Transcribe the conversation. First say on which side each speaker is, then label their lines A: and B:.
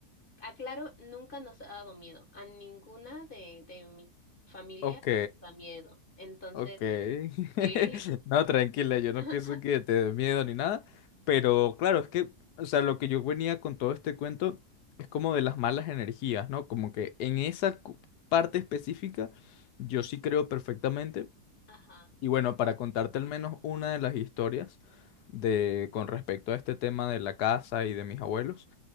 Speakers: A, on the left; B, on the left.
A: Aclaro, nunca nos ha dado miedo. A ninguna de, de mi familia
B: Ok.
A: nos da miedo. Entonces,
B: Ok. <laughs>
A: sí.
B: No, tranquila, yo no
A: <laughs>
B: pienso que te dé miedo ni nada, pero claro, es que, o sea, lo que yo venía con todo este cuento es como de las malas energías, ¿no? Como que en esa cu- parte específica yo sí creo perfectamente.
A: Ajá.
B: Y bueno, para contarte al menos una de las historias de con respecto a este tema de la casa y de mis abuelos,